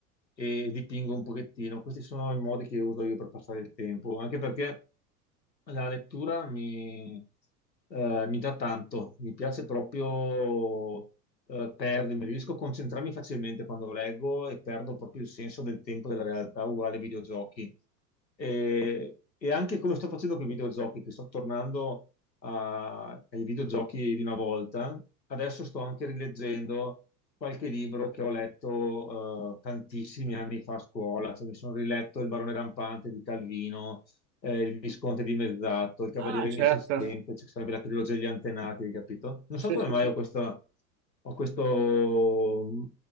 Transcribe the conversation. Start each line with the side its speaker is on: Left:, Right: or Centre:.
Left: e dipingo un pochettino. Questi sono i modi che uso io per passare il tempo, anche perché la lettura mi, eh, mi dà tanto, mi piace proprio eh, perdermi, riesco a concentrarmi facilmente quando leggo e perdo proprio il senso del tempo della realtà, uguale ai videogiochi. E, e anche come sto facendo con i videogiochi, che sto tornando a- ai videogiochi di una volta, adesso sto anche rileggendo qualche libro che ho letto eh, tantissimi anni fa a scuola, cioè mi sono riletto Il barone rampante di Calvino, eh, il Visconte dimezzato, il Cavaliere
Right: Ah, certo.
Left: inesistente, cioè sarebbe la trilogia degli antenati, capito? Non
Right: Sì,
Left: so come
Right: sì,
Left: mai
Right: sì.
Left: ho, questa- ho questo mm,